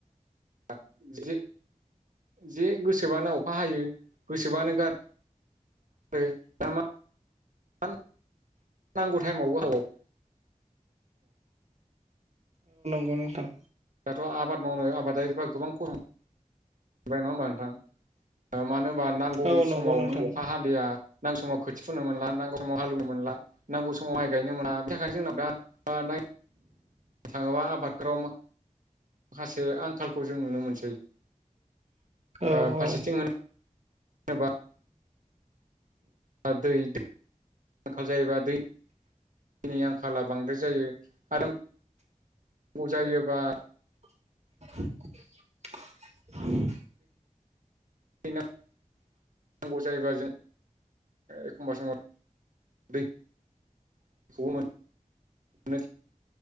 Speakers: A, on the right; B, on the right.
A: <unintelligible> मा नांगौ टाइमावबो
B: गौ‌ नोंथां
A: दाथ' आबाद मावनो आबादारिफ्रा गोबां खरम बाय नङा होमबा नोंथां मानो होनोमबा नांगौ
B: औ नंगौ
A: समाव
B: नोंथां
A: नों अखा हालिया नांगौ समाव खोथि फुनो मोनला नांगौ समाव हालुनो मोनला नांगौ समाव माइ गायनो मोना बिनि थाखायनो जोंना नायनो थाङोबा आबादफोराव माखासे आंखाल खौ जों नुनो मोनसै ओ
B: औ
A: फारसेथिं
B: औ
A: होनोबा <unintelligible> आंखाल जायोबा दैनि आंखाल खाला बांद्राय जायो आरो नांगौ जायोबा
B: <inaudible> <inaudible>
A: बिना नांगौ जायोबा जों एखमबा समाव दैखौबो मोननो